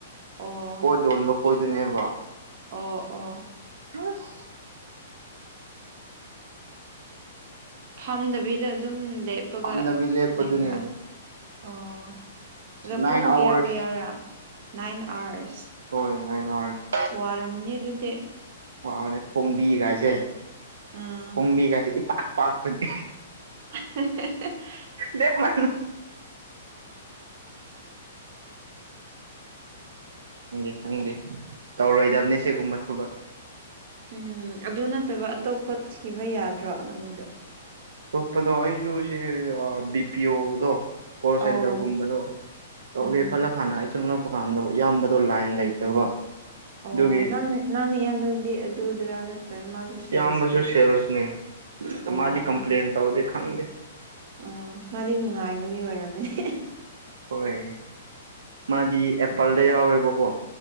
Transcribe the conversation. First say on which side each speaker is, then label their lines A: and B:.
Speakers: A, on the right (about 55°); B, on the right (about 80°).
A: ꯑꯣ
B: ꯄꯣꯠ ꯌꯣꯟꯕ ꯑꯣꯏꯗꯣꯏꯅꯦꯕ
A: ꯑꯣ ꯑꯣ
B: ꯍꯁ
A: ꯐꯝꯗꯕꯤꯗ ꯑꯗꯨꯝ ꯂꯦꯞꯄꯒ
B: ꯐꯝꯗꯕꯤ ꯂꯦꯞꯄꯗꯨꯅꯦ
A: ꯂꯩꯕ꯭ꯔꯥ ꯑꯣ ꯑꯗ
B: ꯅꯥꯏꯟ
A: ꯄꯨꯡ
B: ꯑꯋꯥꯔꯁ
A: ꯀꯌꯥ ꯀꯌꯥꯔꯥ ꯅꯥꯏꯟ ꯑꯥꯋꯥꯔꯁ
B: ꯍꯣꯏ ꯅꯥꯏꯟ ꯑꯋꯥꯔꯁ
A: ꯋꯥꯔ ꯃꯅꯤ ꯑꯗꯨꯗꯤ
B: ꯋꯥꯅ ꯈꯣꯡꯕꯤꯒꯥꯏꯁꯦ
A: ꯑꯥ
B: ꯈꯣꯡꯕꯤꯒꯥꯏꯁꯦ ꯏꯄꯥꯛꯄꯥꯛꯄꯅꯦ
A: ꯎ
B: ꯂꯃ ꯈꯪꯗꯦ ꯈꯪꯗꯦ ꯇꯧꯔꯣꯏꯗꯕꯅꯤ ꯁꯤꯒꯨꯝꯕ ꯊꯕꯛ
A: ꯎꯝ ꯑꯗꯨ ꯅꯠꯇꯕ ꯑꯇꯣꯞꯄ ꯊꯤꯕ ꯌꯥꯗ꯭ꯔꯣ ꯅꯪꯒꯤꯗꯣ
B: ꯑ ꯇꯣꯞꯄꯗꯣ ꯑꯩꯁꯨ ꯁꯤꯦ ꯕꯤ ꯄꯤ ꯑꯣꯗꯣ ꯀꯣꯜ ꯁꯦꯟꯇꯔꯒꯨꯝꯕꯗꯣ
A: ꯑꯧ
B: ꯇꯧꯒꯦ
A: ꯎꯝ
B: ꯈꯜꯂ ꯍꯥꯟꯅ ꯑꯩꯁ ꯆꯪꯂꯛꯄ ꯀꯥꯟꯗꯣ ꯏꯌꯥꯝꯕꯗꯣ ꯂꯥꯏꯟ ꯂꯩꯇꯕ
A: ꯑꯣ
B: ꯑꯗꯨꯒꯤ
A: ꯅꯪꯅ ꯅꯪꯅ ꯏꯌꯥꯝꯕꯗꯤ ꯑꯗꯨꯗꯔꯥ ꯅꯠꯇ꯭ꯔꯅ ꯃꯥꯁꯨ ꯁꯦꯜꯁꯀꯤ
B: ꯏꯌꯥꯝꯕꯁꯨ ꯁꯦꯜꯁꯅꯤ ꯑ
A: ꯑꯣ
B: ꯃꯥꯗꯤ ꯀꯝꯄ꯭ꯂꯦꯟ ꯇꯧꯗꯦ ꯈꯪꯗꯦ
A: ꯑꯣ ꯃꯥꯗꯤ ꯅꯨꯡꯉꯥꯏꯕꯒꯤ ꯑꯣꯏꯔꯝꯃꯤꯅꯦ
B: ꯍꯣꯏ ꯃꯥꯗꯤ ꯑꯦꯄꯜꯗ ꯌꯥꯎꯋꯦꯕꯀꯣ